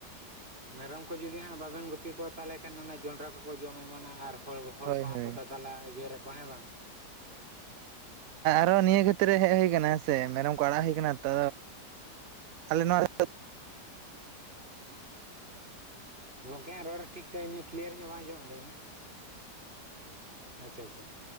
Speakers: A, on the right; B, on the right.
A: ᱢᱮᱨᱚᱢ ᱠᱚ ᱡᱩᱫᱤ ᱦᱟᱸᱜ ᱵᱟᱵᱮᱱ ᱜᱩᱯᱤ ᱠᱚᱣᱟ ᱛᱟᱦᱚᱞᱮ ᱠᱷᱟᱱ ᱚᱱᱟ ᱡᱚᱸᱰᱨᱟ ᱠᱚᱠᱚ ᱡᱚᱢ ᱟᱱᱟ, ᱟᱨ ᱦᱚᱲ ᱦᱚᱲ
B: ᱦᱳᱭ
A: ᱠᱚᱦᱚᱸ
B: ᱦᱳᱭ
A: ᱠᱚ ᱫᱟᱫᱟᱞᱟ ᱮᱜᱮᱨ ᱟᱠᱚ ᱦᱮᱸ ᱵᱟᱝ!
B: ᱟᱫᱚ ᱱᱤᱭᱟᱹ ᱠᱷᱟᱹᱛᱤᱨ ᱨᱮ ᱦᱮᱡ ᱦᱩᱭ ᱠᱟᱱᱟ ᱥᱮ ᱢᱮᱨᱚᱢ ᱠᱚ ᱟᱲᱟᱜ ᱦᱩᱭ ᱠᱟᱱᱟ ᱛᱚ ᱟᱞᱮ ᱱᱚᱣᱟ
A: ᱜᱚᱝᱠᱮ ᱦᱟᱜ ᱨᱚᱲ ᱴᱷᱤᱠ ᱴᱷᱟᱠ ᱧᱚᱜ ᱠᱞᱤᱭᱟᱨ ᱧᱚᱜ ᱵᱟᱝ ᱟᱸᱡᱚᱢᱟᱜ ᱠᱟᱱᱟ ᱾ ᱟᱪᱪᱷᱟ ᱟᱪᱪᱷᱟ